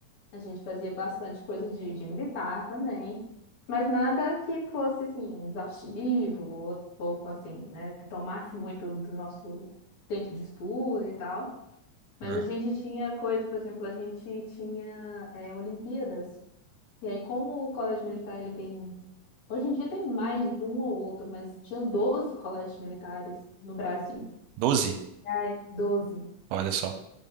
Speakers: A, on the left; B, on the right.
A: a gente fazia bastante coisa de, de militar também, mas nada que fosse assim exaustivo ou pouco assim, né, que tomasse muito do nosso tempo de estudo e tal. Mas
B: hum,
A: a gente tinha coisa, por exemplo, a gente tinha é, Olimpíadas. E aí, como o colégio militar ele tem Hoje em dia tem mais um ou outro, mas tinha 12 colégios militares no Brasil.
B: 12?
A: Ai, 12.
B: Olha só.